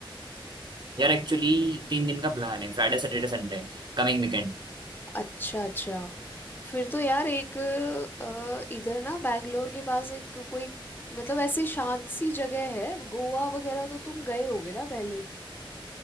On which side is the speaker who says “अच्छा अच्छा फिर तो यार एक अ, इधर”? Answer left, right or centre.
Left